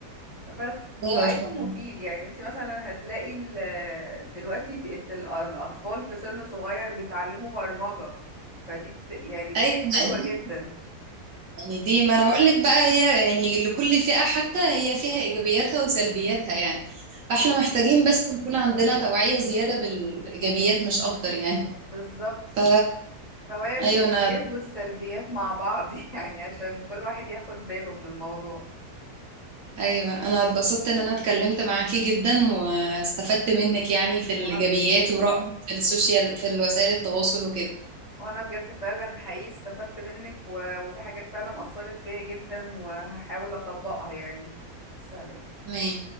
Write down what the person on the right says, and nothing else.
ايوه
فعلا.
ايوه
ما
دي
يعني دي ما انا بقول لك بقى هي يعني لكل فئة حتى هي فيها ايجابياتها وسلبياتها يعني فاحنا
محتاجين بس نكون عندنا توعية زيادة بالايجابيات مش اكتر يعني
ف
ايوه انا
ايوه انا اتبسطت ان انا اتكلمت معاكي جدا واستفدت منك يعني في الايجابيات
ورأيك في السوشيال في وسائل التواصل وكده
تمام